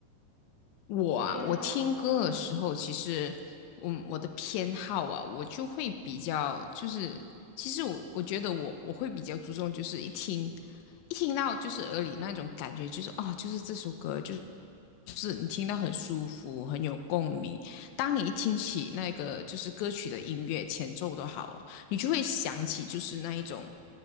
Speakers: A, on the left; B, on the right.
A: 我啊，
B: 偏好偏好，
A: 我听歌的时候，
B: 嗯，
A: 其实我我的偏好啊，我就会比较就是，其实我我觉得我我会比较注重，就是一听一听到就是耳里那种感觉，就是哦，就是这首歌就是。就是你听到很舒服，很有共鸣。当你一听起那个就是歌曲的音乐前奏都好哦，你就会想起就是那一种